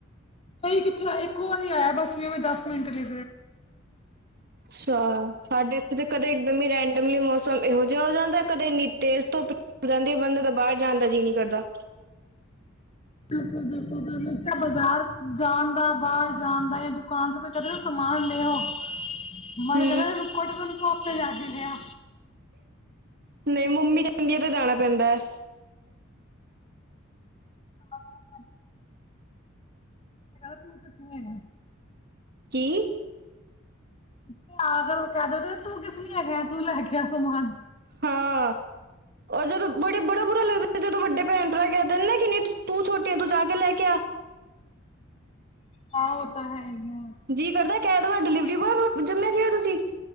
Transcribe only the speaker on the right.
ਅੱਛਾ। ਸਾਡੇ ਇੱਥੇ ਤਾਂ ਕਦੇ ਇਕਦਮ ਹੀ ਰੈਂਡਮਲੀ ਮੌਸਮ ਇਹੋ ਜਿਹਾ ਹੋ ਜਾਂਦਾ। ਕਦੇ ਇੰ ਤੇਜ਼ ਧੁੱਪ- ਜਾਂਦੇ ਆ ਬੰਦੇ ਤਾਂ ਬਾਹਰ ਜਾਣ ਦਾ ਜੀਅ ਨਹੀਂ ਕਰਦਾ।
ਹੂੰ
ਨਹੀਂ ਮੰਮੀ ਕਹਿੰਦੀ ਹੈ ਤੇ ਜਾਣਾ ਪੈਂਦਾ ਹੈ।
ਕੀ?
ਹਾਂ। ਪਰ ਜਦੋਂ ਬੜੇ ਬੜਾ ਬੁਰਾ ਲੱਗਦਾ ਸੀ ਜਦੋਂ ਵੱਡੇ ਭੈਣ ਭਰਾ ਕਹਿੰਦੇ ਨਾ ਕਿ ਨਹੀਂ ਤੂੰ ਛੋਟੀ ਆਂ ਤੂੰ ਜਾ ਕੇ ਲੈ ਕੇ ਆ।
ਜੀ ਕਰਦਾ ਕਹਿ ਤੁਹਾਡਾ ਡਿਲੀਵਰੀ ਬੋਏ ਜੰਮੇ ਸੀਗੇ ਹੋ ਤੁਸੀਂ।